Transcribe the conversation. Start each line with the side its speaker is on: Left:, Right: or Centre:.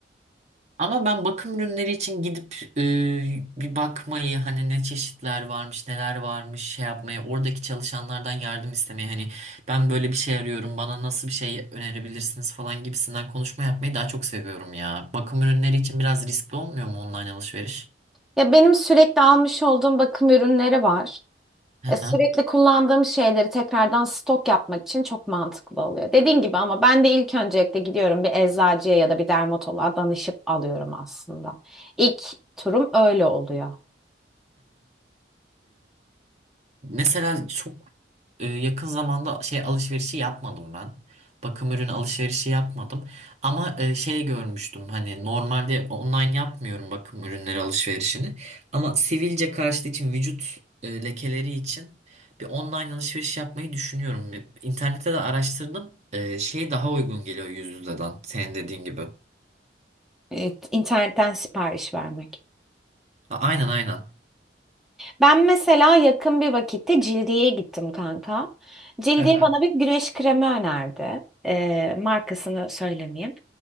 Right: Ama ben bakım ürünleri için gidip e, bir bakmayı hani ne çeşitler varmış neler varmış şey yapmayı oradaki çalışanlardan yardım istemeyi hani ben böyle bir şey arıyorum bana nasıl bir şey önerebilirsiniz falan gibisinden konuşma yapmayı daha çok seviyorum ya. Bakım ürünleri için biraz riskli olmuyor mu online alışveriş?
Centre: Ya benim sürekli almış olduğum bakım ürünleri var.
Right: Hı
Centre: E,
Right: hı,
Centre: Sürekli kullandığım şeyleri tekrardan stok yapmak için çok mantıklı oluyor. Dediğin gibi ama ben de ilk öncelikle gidiyorum bir eczacıya ya da bir dermatoloğa danışıp alıyorum aslında. İlk turum öyle oluyor.
Right: Mesela çok e, yakın zamanda şey alışverişi yapmadım ben. Bakım ürün alışverişi yapmadım. Ama e, şey görmüştüm hani normalde online yapmıyorum bakım ürünleri alışverişini. Ama sivilce karşıtı için vücut e, lekeleri için bir online alışveriş yapmayı düşünüyorum. Bir- İnternette de araştırdım. E, şey daha uygun geliyor yüz yüzeden senin dediğin gibi.
Centre: Evet, internetten sipariş vermek.
Right: A- Aynen aynen.
Centre: Ben mesela yakın bir vakitte Cildiye'ye gittim kanka. Cildiye
Right: <laughs>
Centre: bana bir güneş kremi önerdi. Ee, markasını söylemeyeyim.